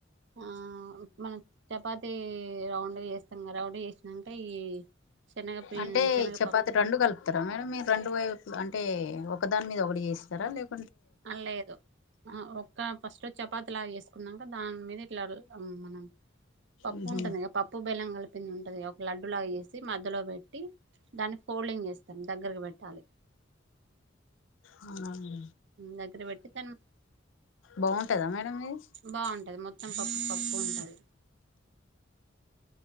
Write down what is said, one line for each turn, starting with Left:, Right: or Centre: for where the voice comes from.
Right: ఆ మనం చపాతి రౌండ్ ఎస్తాం రౌండ్ చేసినంక ఈ శనగ పి
Left: అంటే
Right: శనగపప్పు
Left: చపాతి రెండు కలుపుతారా మేడం మీరు రెండు వైపుల అంటే టే ఒక దాని మీద ఒకడి జేస్తారా లేక
Right: అ లేదు అ ఒక ఫస్ట్ వ చపాతీ లాగా ఎసుకున్నాక దాని మీద ఇట్లా మన పప్పు
Left: ఉహు
Right: ఉంటుంది గ పప్పు బెలం కల్పి పింది ఉంటది గ ఒక లడ్డులాగా ఎసి మధ్యలో పెట్టి దాన్ని ఫోల్డింగ్ చేస్తాం దగ్గరకు పెట్టాలి
Left: అవున అండి
Right: దగ్గర పెట్టి తను
Left: బాగుంటదా మేడం ఇది
Right: బావుంటది మొ త్తం పప్పు పప్పు ఉంటది